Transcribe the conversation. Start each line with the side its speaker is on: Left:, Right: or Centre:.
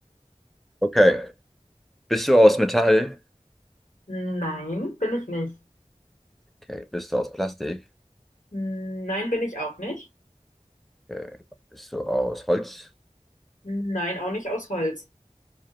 Centre: Okay. Bist du aus Metall?
Left: Nein, bin ich nicht.
Centre: Okay. Bist du aus Plastik?
Left: Nein, bin ich auch nicht.
Centre: Okay. Bist du aus Holz?
Left: Nein, auch nicht aus Holz.